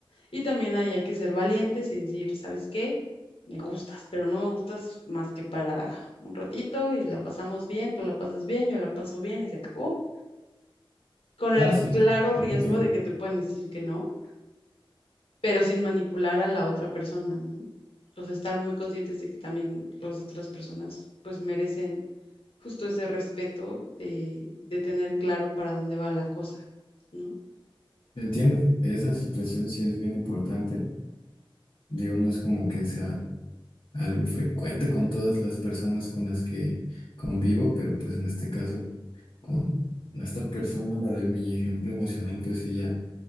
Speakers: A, on the left; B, on the left.
A: Y también ahí hay que ser valientes y decir, ¿sabes qué? Me gustas, pero no me gustas más que para un ratito y la pasamos bien, tú la pasas bien, yo la paso bien y se acabó. Con el
B: Ah,
A: claro
B: sí,
A: riesgo
B: lo entiendo.
A: de que te pueden decir que no, pero sin manipular a la otra persona, ¿no? O sea, estar muy conscientes de que también las otras personas pues merecen justo ese respeto de, de tener claro para dónde va la cosa, ¿no?
B: Entiendo, esa situación sí es bien importante. Digo, no es como que sea algo frecuente con todas las personas con las que convivo, pero pues en este caso con con esta persona, la de mi ejemplo emocional, pues sí ya